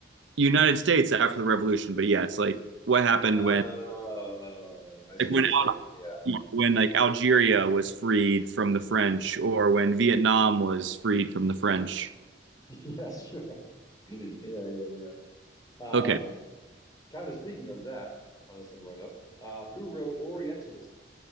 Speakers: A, on the right; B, on the left.
A: United States after the revolution, but yeah, it's like what happened
B: Oh, oh,
A: when
B: oh, oh, I see
A: like when
B: what you're
A: Al-
B: saying. Yeah.
A: when like Algeria was freed from the French or when Vietnam was freed from the French.
B: <laughs> Yeah, sure. <laughs> Yeah, yeah, yeah. Um,
A: Okay.
B: Kind of speaking of that, on a similar note, uh, who wrote Orientalism?